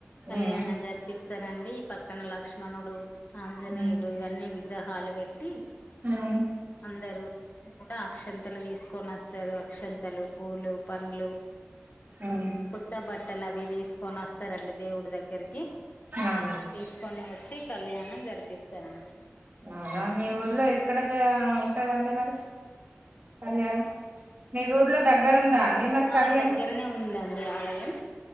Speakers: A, on the left (about 40°); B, on the right (about 35°).
A: కళ్యాణం
B: మ్మ్
A: జరిపిస్తర్ అండి పక్కన లక్ష్మణుడు ఆంజనేయుడు
B: మ్మ్
A: ఇవన్నీ విగ్రహ ఆలు బెట్టి
B: మ్మ్
A: అందరూ అక్షంతలు తీసుకొని ఆస్తారు. అక్షంతలు పూలు పండ్లు
B: మ్మ్
A: కోత్త బట్టలవి తీసుకొని వస్తారండి. దేవుడి దగ్గరికి కి
B: అవును
A: తీసుకొని వచ్చి కళ్యాణం జరిపిస్తారండి.
B: అవునా మీ ఊర్లో ఎక్కడ జ రుగుతది అండి. మరి కళ్యాణం మీ ఊర్లో దగ్గర ఉందా అండి. మరి
A: ఆ
B: కళ్యాణం
A: దగ్గరనే ఉందండి ఆలయం